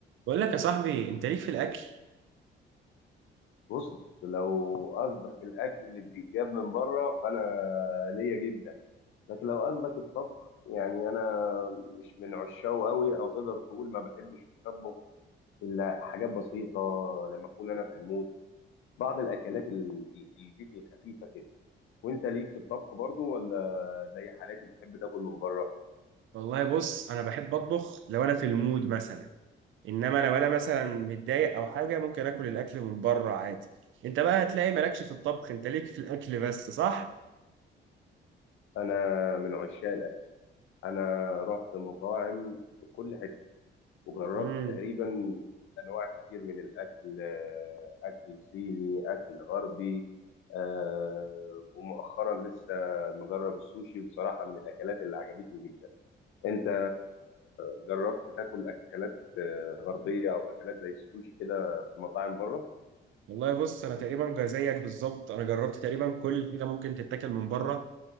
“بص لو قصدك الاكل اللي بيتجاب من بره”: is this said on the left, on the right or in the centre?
Left